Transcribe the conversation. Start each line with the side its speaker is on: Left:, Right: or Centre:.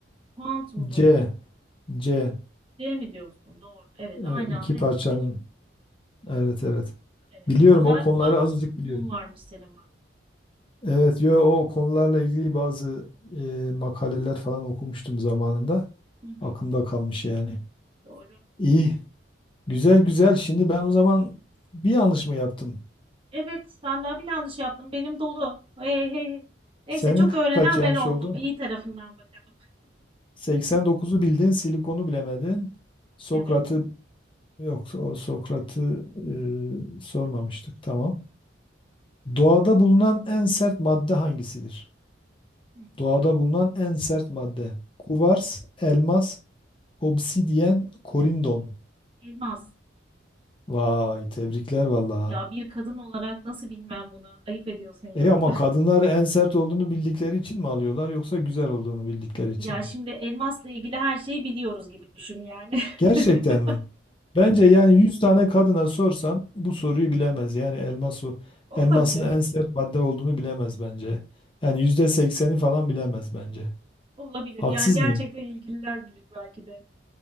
Right: Kuantum
Left: C.
Right: dolanıklığı.
Left: C.
Right: C mi diyorsun? Doğru. Evet, aynı
Left: Ee, iki
Right: anda
Left: parçanın.
Right: etkileşme.
Left: Evet evet.
Right: Evet.
Left: Biliyorum
Right: Güzel
Left: o konuları
Right: kulak
Left: azıcık
Right: dolgunluğun
Left: biliyorum.
Right: varmış senin bak.
Left: Evet yo o konularla ilgili bazı e, makaleler falan okumuştum zamanında.
Right: Hı hı.
Left: Aklımda kalmış yani.
Right: Doğru.
Left: İyi. Güzel güzel. Şimdi ben o zaman bir yanlış mı yaptım?
Right: Evet, ben daha bir yanlış yaptım. Benim dolu. Hey, hey, hey. Neyse
Left: Senin
Right: çok öğrenen
Left: kaç yanlış
Right: ben oldum.
Left: oldu?
Right: İyi tarafından bakalım.
Left: Seksen dokuzu bildin, silikonu bilemedin. Sokrat'ı
Right: Evet.
Left: yok, o Sokrat'ı e, sormamıştık. Tamam. Doğada bulunan en sert madde hangisidir?
Right: Hı,
Left: Doğada bulunan en sert madde. Kuvars,
Right: hı.
Left: elmas, obsidyen, korindon.
Right: Elmas.
Left: Vay, tebrikler vallahi.
Right: Ya bir kadın olarak nasıl bilmem bunu? Ayıp ediyorsun ya.
Left: E ama
Right: <laughs>
Left: kadınlar en sert olduğunu bildikleri için mi alıyorlar yoksa güzel olduğunu bildikleri için
Right: Ya
Left: mi?
Right: şimdi elmasla ilgili her şeyi biliyoruz gibi düşün yani. <laughs>
Left: Gerçekten mi? Bence yani 100 tane kadına sorsan bu soruyu bilemez. Yani elmas o.
Right: Olabilir.
Left: Elmasın en sert madde olduğunu bilemez bence. Yani
Right: Olabilir.
Left: %80'i falan bilemez bence.
Right: Olabilir.
Left: Haksız
Right: Yani gerçekten
Left: mıyım?
Right: ilgililer bilir belki de.